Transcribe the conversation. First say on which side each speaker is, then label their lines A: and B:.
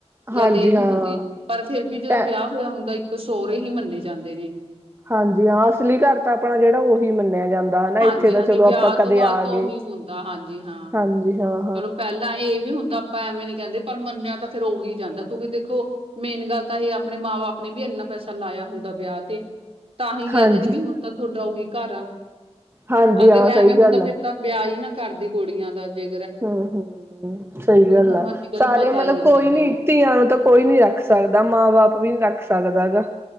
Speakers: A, on the right; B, on the right.
A: ਹਾਂਜੀ
B: ਗੱਲ ਇਹ ਨੀ
A: ਹਾਂ
B: ਹੁੰਦੀ, ਪਰ ਫਿਰ ਵੀ ਜਦੋਂ
A: ਟੈ
B: ਵਿਆਹ ਹੋਇਆ ਹੁੰਦਾ ਇੱਕ ਸਹੁਰੇ ਹੀ ਮੰਨੇ ਜਾਂਦੇ ਨੇ।
A: ਹਾਂਜੀ ਹਾਂ, ਅਸਲੀ ਘਰ ਤਾਂ ਆਪਣਾ ਜਿਹੜਾ ਉਹੀ ਮੰਨਿਆ ਜਾਂਦਾ। ਹਨਾ
B: ਹਾਂਜੀ-
A: ਇੱਥੇ ਤਾਂ
B: ਹਾਂਜੀ
A: ਚਲੋ ਆਪਾਂ
B: ਵਿਆਹ
A: ਕਦੇ
B: ਤੋਂ ਬਾਅਦ
A: ਆ
B: ਉਹੀ
A: ਗਏ
B: ਹੁੰਦਾ, ਹਾਂਜੀ ਹਾਂ।
A: ਹਾਂਜੀ ਹਾਂ।
B: ਚਲੋ ਪਹਿਲਾਂ ਇਹ ਵੀ ਹੁੰਦਾ ਆਪਾਂ ਐਵੇਂ ਨੀ ਕਹਿੰਦੇ ਪਰ ਮੰਨਿਆ ਤਾਂ ਫਿਰ ਉਹੀ ਜਾਂਦਾ ਕਿਉਂਕਿ ਦੇਖੋ ਮੇਨ ਗੱਲ ਤਾਂ ਇਹ ਆਪਣੇ ਮਾਂ ਬਾਪ ਨੇ ਵੀ ਇੰਨਾ ਪੈਸਾ ਲਾਇਆ ਹੁੰਦਾ ਵਿਆਹ ਤੇ ਤਾਂ ਹੀ ਕਹਿੰਦੇ
A: ਹਾਂਜੀ
B: ਨੇ ਵੀ ਹੁਣ ਤਾਂ ਤੁਹਾਡਾ ਉਹੀ ਘਰ ਆ,
A: ਹਾਂਜੀ
B: ਅਗੇ
A: ਹਾਂ ਸਹੀ
B: ਐਵੇਂ ਹੁਣ
A: ਗੱਲ
B: ਤਾਂ ਫਿਰ
A: ਆ
B: ਤਾਂ ਵਿਆਹ ਹੀ ਨਾ ਕਰਦੀ ਕੁੜੀਆਂ ਦਾ ਜੇ
A: ਹਮ- ਹਮ ਸਹੀ ਗੱਲ
B: ਤੁਹਾਨੂੰ
A: ਆ,
B: ਅੱਜ ਕੱਲ
A: ਸਾਰੇ
B: ਪਤਾ
A: ਮਤਲਬ
B: ਹੀ ਆ
A: ਕੋਈ
B: ਦੇਖੋ
A: ਨੀ ਧੀਆਂ ਨੂੰ ਤਾਂ ਕੋਈ ਨੀ ਰੱਖ ਸਕਦਾ ਮਾਂ ਬਾਪ ਵੀ ਨਹੀਂ ਰੱਖ ਸਕਦਾ ਹੈਗਾ।